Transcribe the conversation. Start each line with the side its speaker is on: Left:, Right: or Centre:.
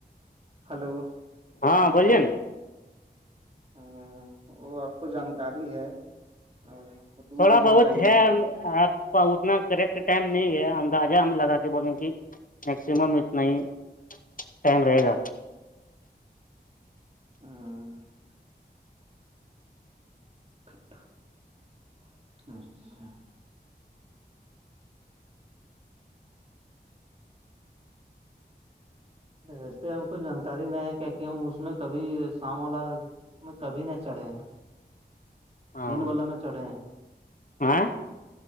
Right: ہلو
Left: ہاں بولے
Right: ہ وہ آپ کو جانکاری ہے کتنا بجے آپ کو تو
Left: تھوڑا
Right: بھی جانکاری
Left: بہت
Right: نہیں
Left: ہےب اتنا کریکٹ ٹائم نہیں ہے اندازہ ہم لگا کے بولیں کہ میکسیمم اتنا ہی ٹائم رہے گا
Right: اہا <unintelligible> وسے ہم کو جانکاری نہیں ہے کیا کہ ہم اس میں کبھی سام والا میں کبھی نہ چڑھے ہیں
Left: ہاں
Right: دن والا میں چڑھے ہیں
Left: ہاں